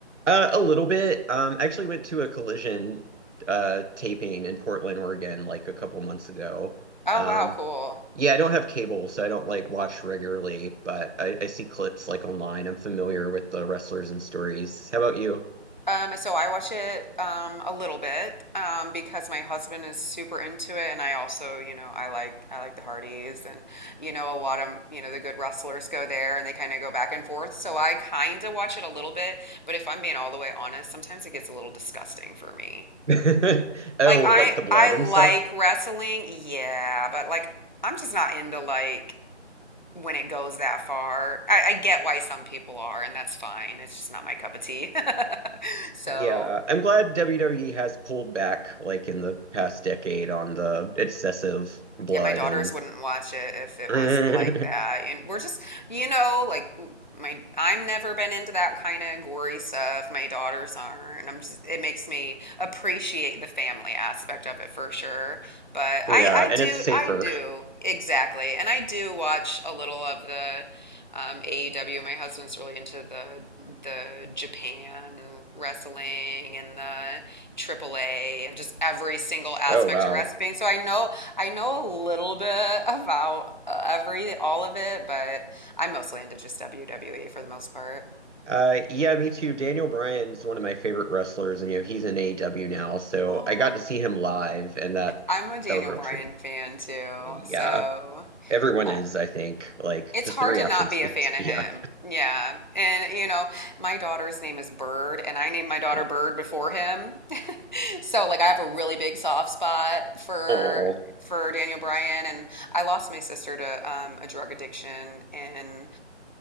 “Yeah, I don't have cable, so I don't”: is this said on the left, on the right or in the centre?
Right